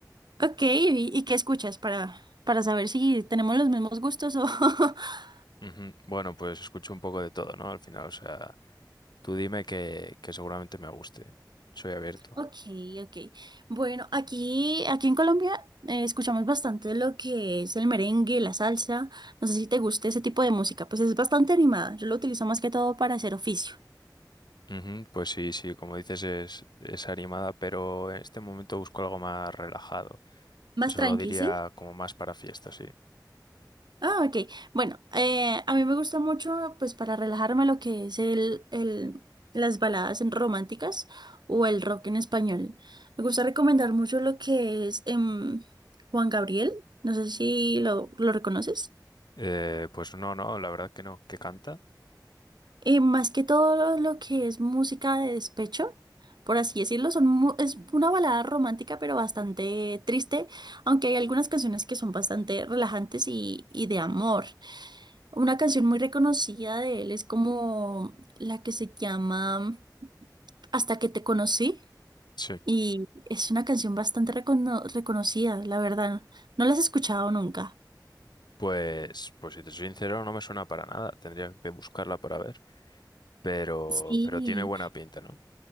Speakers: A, on the right; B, on the left.
A: Ok, ¿y, y qué escuchas para, para saber si tenemos los mismos gustos o... <laughs>
B: Ujú. Bueno, pues escucho un poco de todo, ¿no? Al final, o sea, tú dime que, que seguramente me guste. Soy abierto.
A: Ok, ok. Bueno, aquí, aquí en Colombia eh, escuchamos bastante lo que es el merengue, la salsa. No sé si te gusta ese tipo de música, pues es bastante animada. Yo lo utilizo más que todo para hacer oficio.
B: Ujú, Pues sí, sí, como dices, es, es animada, pero en este momento busco algo más relajado.
A: Más
B: Eso
A: tranqui,
B: lo diría
A: ¿sí?
B: como más para fiestas, sí.
A: Ah, ok. Bueno, eh, a mí me gusta mucho, pues para relajarme, lo que es el, el, las baladas en- románticas o el rock en español. Me gusta recomendar mucho lo que es em, Juan Gabriel. No sé si lo, lo reconoces.
B: Eh, pues no, no, la verdad que no. ¿Que canta?
A: Eh, más que todo lo que es música de despecho, por así decirlo, son, mu- es una balada romántica, pero bastante triste, aunque hay algunas canciones que son bastante relajantes y, y de amor. Una canción muy reconocida de él es como la que se llama Hasta que te conocí
B: Sí.
A: y es una canción bastante recono- reconocida, la verdad. No la has escuchado nunca.
B: Pues, pues si te soy sincero, no me suena para nada. Tendría que buscarla para ver. Pero,
A: Sí.
B: pero tiene buena pinta, ¿no?